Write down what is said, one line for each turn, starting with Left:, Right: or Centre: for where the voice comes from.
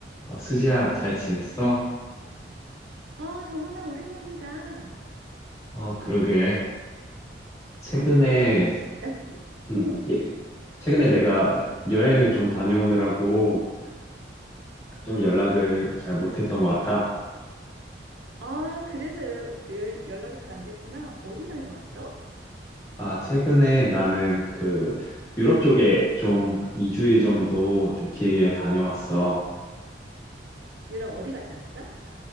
Left: 어, 수지야, 잘 지냈어?
Right: 어, 정원아, 오랜만이다.
Left: 어, 그러게. 최근에,
Right: 응, 나,
Left: 음,
Right: 응.
Left: 예, 최근에 내가 여행을 좀 다녀오느라고 좀 연락을 잘 못했던 것 같아.
Right: 아, 그래서 여- 여- 연락이 잘 안 됐구나. 어디 다녀왔어?
Left: 아, 최근에 나는 그 유럽 쪽에 좀 2주일 정도 좀 길게 다녀왔어.
Right: 응, 유럽 어디 갔다 왔어?